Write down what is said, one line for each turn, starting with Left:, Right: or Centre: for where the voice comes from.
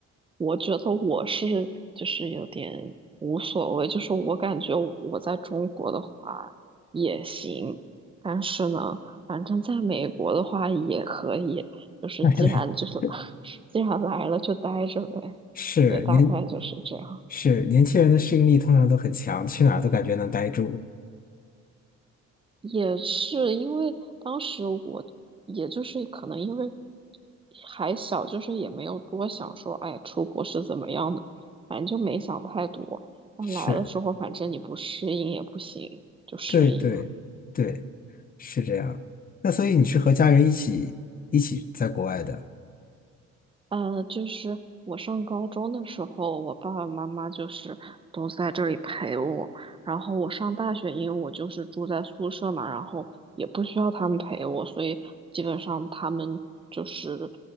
Right: 我觉得我是就是有点无所谓，就是我感觉我在中国的话也行，但是呢，反正在美国的话也可以，就是既然就是
Left: <laughs>
Right: <laughs> 既然来了就待着呗。
Left: 是年
Right: 对，大概就是这样。
Left: 是年轻人的适应力通常都很强，去哪儿都感觉能待住。
Right: 也是因为当时我，也就是可能因为还小，就是也没有多想说，哎，出国是怎么样的，反正就没想太多。那来了之后，
Left: 是，
Right: 反正你不适应也不行，就适应了。
Left: 对对对，是这样。那所以你是和家人一起一起在国外的？
Right: 呃，就是我上高中的时候，我爸爸妈妈就是都在这里陪我。然后我上大学，因为我就是住在宿舍嘛，然后也不需要他们陪我，所以基本上他们就是